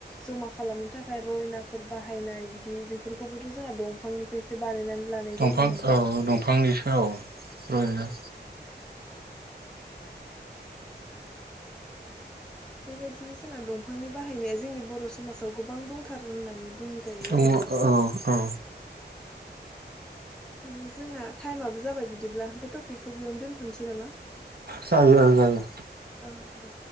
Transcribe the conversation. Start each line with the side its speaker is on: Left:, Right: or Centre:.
Centre: ज'मा खालामनो थाखाय रयनाफोर बाहायनाय बिदि बेफोरखौबोथ' जोंहा दंफांनिफ्रायसो बानायनानै लानाय
Right: दंफां
Centre: जायोमोन नालाय
Right: औ दंफांनिसो औ रयना
Centre: बेबायदिनो जोंना दंफांनि बाहायनाया जोंनि बर' समाजाव गोबां दंथारो होननानै बुंजायो
Right: दङ
Centre: आरो
Right: ओ औ औ
Centre: ओ जोंना टाइमाबो जाबाय बिदिब्ला बे टपिकखौ बेयावनो दोनथ'नसै नामा?
Right: जायो औ जायो।
Centre: औ दे।